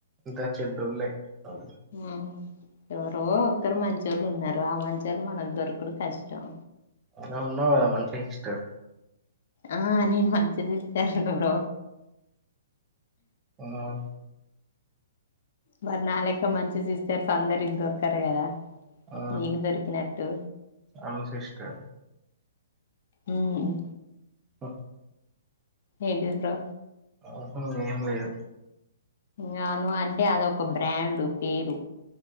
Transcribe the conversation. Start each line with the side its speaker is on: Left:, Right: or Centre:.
Right: దాచే డోలే అ
Left: ఉమ్ ఎవరో ఒక్కరు మంచి వాళ్ళు ఉన్నారు ఆ మంచి వాళ్ళు మనకు దొరకడు కష్టం
Right: నువ్వు ఉన్నావు కదా మంచి సిస్టర్
Left: ఆ నేను మంచిదనే బ్రో
Right: అవు
Left: మరి నాలక మంచి సిస్టర్స్ అందరికి దొరకారు కదా
Right: ఆ
Left: నీకు దొరికినటు
Right: అవును సిస్టర్
Left: మ్మ్మ్మ్
Right: ఓ
Left: ఏంటిదు బ్రో
Right: అప్పు ఏం లేదు
Left: నాను అంటే అదొ ఒక బ్రాండ్ పేరు